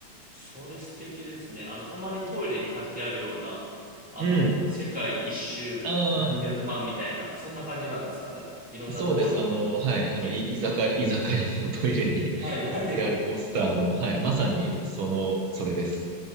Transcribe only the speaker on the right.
うん。
ああ、
そうです。あの、はい。あの、い、居酒屋、居酒屋のトイレに貼ってあるポスターの、
はい。まさに、その、それです。